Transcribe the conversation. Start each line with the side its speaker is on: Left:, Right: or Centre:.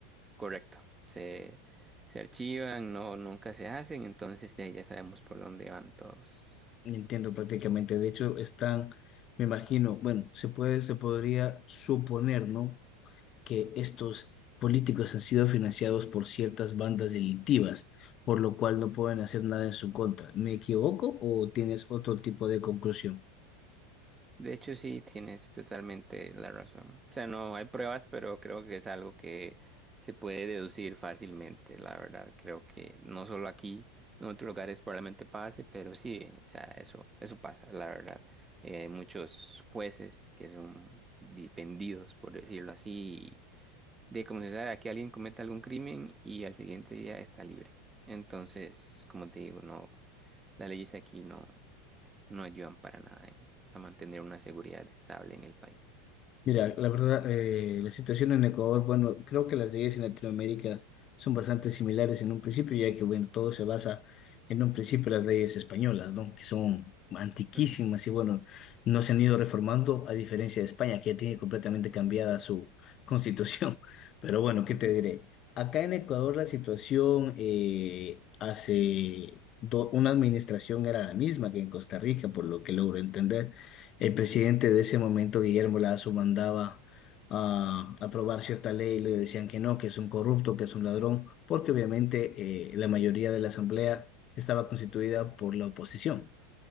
Right: correcto, se, se archivan, no, nunca se hacen, entonces de ahí ya sabemos por dónde van todos.
Left: Entiendo prácticamente. De hecho, están, me imagino, bueno, se puede, se podría suponer, ¿no? Que estos políticos han sido financiados por ciertas bandas delictivas, por lo cual no pueden hacer nada en su contra. ¿Me equivoco o tienes otro tipo de conclusión?
Right: De hecho, sí, tienes totalmente la razón. O sea, no hay pruebas, pero creo que es algo que se puede deducir fácilmente, la verdad. Creo que no solo aquí, en otros lugares probablemente pase, pero sí, o sea, eso, eso pasa, la verdad. Eh, hay muchos jueces que son dependidos, por decirlo así, de como se sabe, aquí alguien comete algún crimen y al siguiente día está libre. Entonces, como te digo, no, las leyes aquí no no ayudan para nada en- a mantener una seguridad estable en el país.
Left: Mira, la verdad, eh, la situación en Ecuador, bueno, creo que las leyes en Latinoamérica son bastante similares en un principio, ya que, bueno, todo se basa en un principio en las leyes españolas, ¿no? Que son antiquísimas
Right: Ujú,
Left: y, bueno, no se han ido reformando, a diferencia de España, que ya tiene completamente cambiada su constitución. <laughs> Pero bueno, ¿qué
Right: ujú,
Left: te diré? Acá en Ecuador la situación eh, hace do- una administración era la misma que en Costa Rica, por lo que logro entender el presidente de ese momento, Guillermo Lazo, mandaba a aprobar cierta ley y le decían que no, que es un corrupto, que es un ladrón, porque obviamente eh, la mayoría de la asamblea estaba constituida por la oposición.